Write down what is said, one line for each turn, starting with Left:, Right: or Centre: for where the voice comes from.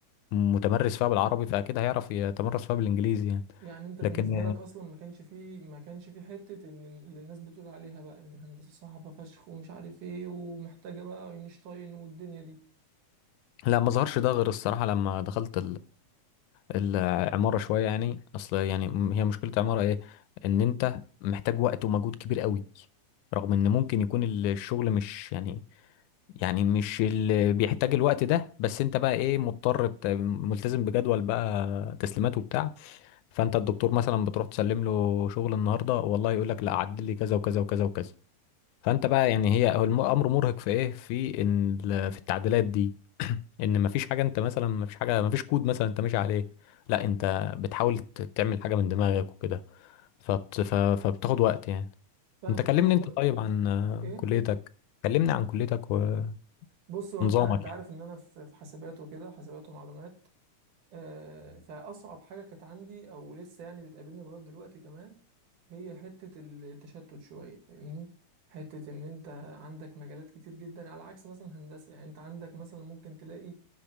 Left: متمرس فيها بالعربي فاكيد هيعرف يتمرس فيها بالانجليزي يعني
Right: يعني أنت بالنسبة
Left: لكن آه،
Right: لك أصلا ما كانش فيه ما كانش فيه حتة إن اللي الناس بتقول عليها بقى إن الهندسة صعبة فشخ ومش عارف إيه ومحتاجة بقى أينشتاين والدنيا دي
Left: لا ما ظهرش ده غير الصراحه لما دخلت العمارة شوية يعني أصل يعني م- هي مشكلة العمارة إيه إن أنت محتاج وقت ومجهود كبير قوي رغم إن ممكن يكون ال- الشغل مش يعني يعني مش اللي بيحتاج الوقت ده بس أنت بقى إيه مضطر ت- ملتزم بجدول بقى تسليمات وبتاع فأنت الدكتور مثلا بتروح تسلم له شغل النهاردة والله يقول لك لا عدل لي كذا وكذا وكذا وكذا فأنت بقى يعني هي هو الم- الأمر مرهق في إيه في إن ال- في التعديلات دي ان مفيش حاجه انت مثلا مفيش حاجه مفيش كود مثلا انت ماشي عليه لا انت بتحاول ت- تعمل حاجه من دماغك وكده فبت... ف... فبتاخد وقت يعني
Right: فاهمك
Left: انت كلمني
Right: فاهمك
Left: انت
Right: طيب
Left: طيب عن آه،
Right: إيه
Left: كليتك كلمني عن كليتك و-
Right: بص هو
Left: ونظامك
Right: انت انت عارف
Left: يعني
Right: ان انا في في حاسبات وكده حاسبات ومعلومات آه، فاصعب حاجه كانت عندي او لسه يعني بتقابلني لغايه دلوقتي كمان هي حته ال- التشتت شويه فاهمني حته ان انت عندك مجالات كتير جدا على عكس مثلا هندسه يعني انت عندك مثلا ممكن تلاقي